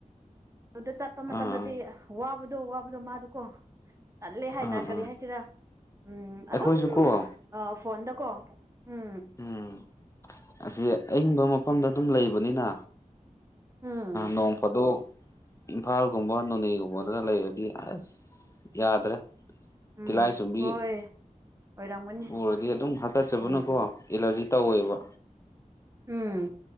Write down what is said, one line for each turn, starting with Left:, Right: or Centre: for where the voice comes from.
Right: ꯑꯗꯨ ꯆꯠꯄ
Left: ꯑꯥ
Right: ꯃꯇꯝꯗꯗꯤ ꯋꯥꯕꯗꯣ ꯋꯥꯕꯗꯣ ꯃꯥꯗ ꯀꯣ ꯇꯠꯂꯦ ꯍꯥꯏꯅ
Left: ꯑꯥ ꯑꯥ
Right: ꯀꯔꯤ ꯍꯥꯏꯁꯤꯔꯥ ꯎꯝ
Left: ꯑꯩꯈꯣꯏꯁꯨꯀꯣ
Right: ꯑꯗꯨꯝ ꯑ ꯐꯣꯟꯗꯀꯣ ꯎꯝ
Left: ꯎꯝ ꯑꯁꯤ ꯑꯌꯤꯡꯕ ꯃꯐꯝꯗ ꯑꯗꯨꯝ ꯂꯩꯕꯅꯤꯅ
Right: ꯎꯝ
Left: ꯅꯣꯡ ꯐꯥꯗꯣꯛ ꯏꯝꯐꯥꯜꯒꯨꯝꯕ ꯅꯣꯅꯦꯒꯨꯝꯕꯗꯅ ꯂꯩꯔꯗꯤ ꯑꯁ ꯌꯥꯗ꯭ꯔꯦ
Right: ꯎꯝ
Left: ꯇꯤꯂꯥꯏ ꯆꯨꯝꯕꯤ
Right: ꯍꯣꯏ ꯑꯣꯏꯔꯝꯒꯅꯤ
Left: ꯎꯔꯗꯤ ꯑꯗꯨꯝ ꯍꯥꯀꯠꯆꯕꯅꯀꯣ
Right: ꯎꯝ
Left: ꯑꯦꯂꯔꯖꯤ ꯇꯧꯋꯦꯕ
Right: ꯎꯝ